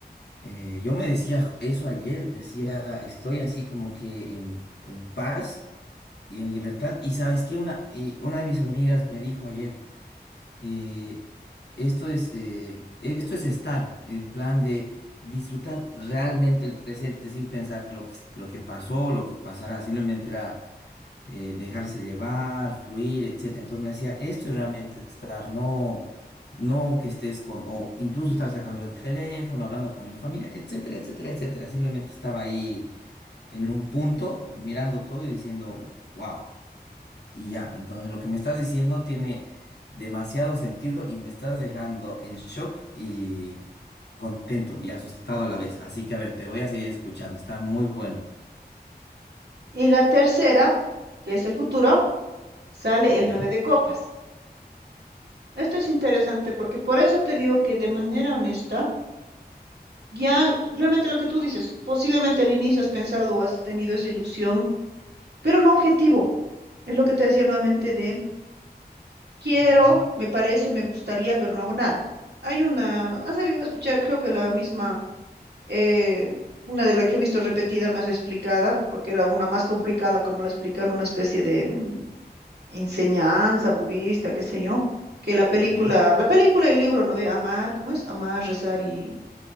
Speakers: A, on the left; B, on the right.
A: eh, yo me decía eso ayer, decía, estoy así como que en, en paz y en libertad. Y sabes qué, una, y una de mis amigas me dijo ayer. eh, esto es, eh, esto es estar en plan de disfrutar realmente el presente sin pensar lo que, es- lo que pasó, lo que pasará. Simplemente era eh, dejarse llevar, fluir, etcétera. Entonces me decía, esto es realmente estar, no, no que estés con, o incluso estar sacando el teléfono, hablando con mi familia, etcétera, etcétera, etcétera. Simplemente estaba ahí en un punto mirando todo y diciendo, wow. Y ya, entonces lo que me estás diciendo tiene demasiado sentido y me estás dejando en shock y contento y asustado a la vez. Así que a ver, te voy a seguir escuchando. Está muy bueno.
B: Y la tercera, que es el futuro, sale el
A: ¿Ya?
B: 9 de copas. Esto es interesante porque por eso te digo que de manera honesta, ya realmente lo que tú dices, posiblemente al inicio has pensado o has tenido esa ilusión pero no objetivo. Es lo que te decía nuevamente de quiero,
A: Ah,
B: me parece, me gustaría, pero no hago nada. Hay una, has debido escuchar, creo que la misma, eh, una de las que he visto repetida, más explicada, porque era una más complicada, como la explican, una especie de mm, enseñanza budista, qué sé yo, que la película,
A: ¿Ya?
B: la película y el libro, ¿no ve? Amar, ¿cómo es? Amar, rezar y...